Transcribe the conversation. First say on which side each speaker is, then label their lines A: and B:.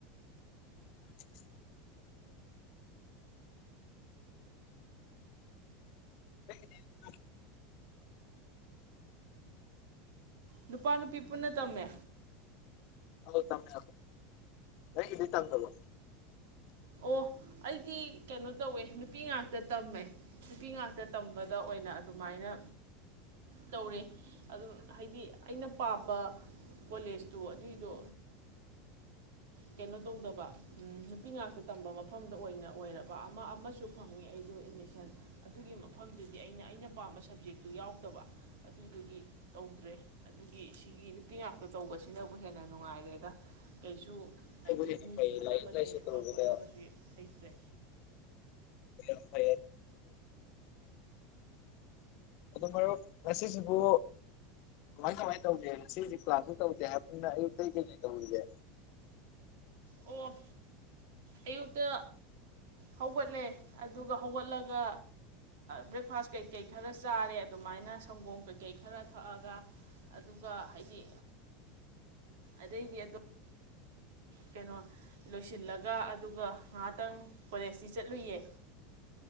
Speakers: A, on the left; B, on the right.
A: <unintelligible> ꯃꯥ
B: ꯅꯨꯄꯥ ꯅꯨꯄꯤ ꯄꯨꯟꯅ ꯇꯝꯃꯦ
A: ꯍ ꯆꯄꯦ ꯍꯒꯗꯤ ꯇꯝ ꯇꯕ
B: ꯑꯣ ꯑꯩꯗꯤ ꯀꯩꯅꯣ ꯇꯧꯋꯦ ꯅꯨ ꯅꯨꯄꯤ ꯉꯥꯛꯇ ꯇꯝꯃꯦ ꯅꯨꯄꯤ ꯉꯥꯛꯇ ꯇꯝꯕꯗ ꯑꯣꯏꯅ ꯑꯗꯨꯃꯥꯏꯅ ꯇꯧꯔꯦ ꯑꯗꯨꯝ ꯍꯥꯏꯗꯤ ꯑꯩꯅ ꯄꯥꯝꯕ ꯀꯣꯂꯦꯖꯇꯨ ꯑꯗꯨꯏꯗꯣ ꯀꯩꯅꯣ ꯇꯧꯗꯕ ꯅꯨꯄꯤ ꯉꯥꯛꯇ ꯇꯝꯕ ꯃꯐꯝꯗ ꯑꯣꯏꯅ ꯑꯣꯏꯔꯕ ꯑꯃ ꯑꯃꯁꯨ ꯐꯪꯉꯤ ꯑꯩꯗꯣ ꯑꯦꯠꯃꯤꯁꯟ ꯑꯗꯨꯒꯤ ꯃꯐꯝꯗꯨꯗꯤ ꯑꯩꯅ ꯑꯩꯅ ꯄꯥꯝꯕ ꯁꯕꯖꯦꯛꯇꯨ ꯌꯥꯎꯗꯕ ꯑꯗꯨꯗꯨꯒꯤ ꯇꯧꯗ꯭ꯔꯦ ꯑꯗꯨꯒꯤ ꯁꯤꯒꯤ ꯅꯨꯄꯤ ꯉꯥꯛꯇ ꯇꯧꯕꯁꯤꯅꯕꯨ ꯍꯦꯟꯅ ꯅꯨꯡꯉꯥꯏꯔꯦꯗ ꯀꯩꯁꯨ ꯍꯥꯏꯗꯤ
A: ꯅꯣꯏꯕꯨꯗꯤ ꯍꯦꯟꯅ
B: ꯃꯤ
A: ꯐꯩ
B: ꯈꯠꯅꯕ
A: ꯂꯥꯏꯔꯤꯛ ꯂꯥꯏꯁꯨ
B: ꯆꯩꯅꯕ
A: ꯇꯧꯕꯗ
B: ꯈꯣꯠꯅꯕꯁꯨ ꯂꯩꯇ꯭ꯔꯦ
A: <inaudible> ꯑꯗꯨ ꯃꯔꯨꯞ ꯉꯁꯤꯁꯤꯕꯨ ꯀꯃꯥꯏ ꯀꯃꯥꯏꯅ ꯇꯧꯒꯦ ꯉꯁꯤꯁꯤ ꯀ꯭ꯂꯥꯁꯁꯨ ꯇꯧꯗꯦ ꯍꯥꯏꯕꯅꯤꯅ ꯑꯌꯨꯛꯇꯩ ꯀꯩꯀꯩ ꯇꯧꯔꯤꯒꯦ
B: ꯑꯣ ꯑꯌꯨꯛꯇ ꯍꯧꯒꯠꯂꯦ ꯑꯗꯨꯒ ꯍꯧꯒꯠꯂꯒ ꯕ꯭ꯔꯦꯛꯐꯥꯁ ꯀꯩꯀꯩ ꯈꯔ ꯆꯥꯔꯦ ꯑꯗꯨꯃꯥꯏꯅ ꯁꯪꯒꯣꯝ ꯀꯩꯀꯩ ꯈꯔ ꯊꯛꯑꯒ ꯑꯗꯨꯒ ꯍꯥꯏꯗꯤ ꯑꯗꯩꯗꯤ ꯑꯗꯨ ꯀꯩꯅꯣ ꯂꯣꯏꯁꯤꯜꯂꯒ ꯑꯗꯨꯒ ꯉꯥꯏꯍꯥꯛꯇꯪ ꯀꯣꯂꯦꯖꯇꯤ ꯆꯠꯂꯨꯏꯌꯦ